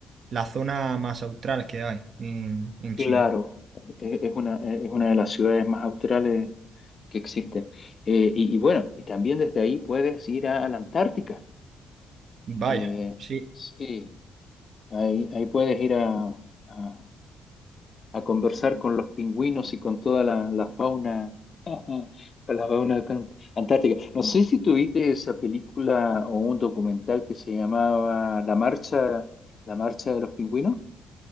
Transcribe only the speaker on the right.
la zona más austral que hay en, en
Chile.
Vaya,
sí.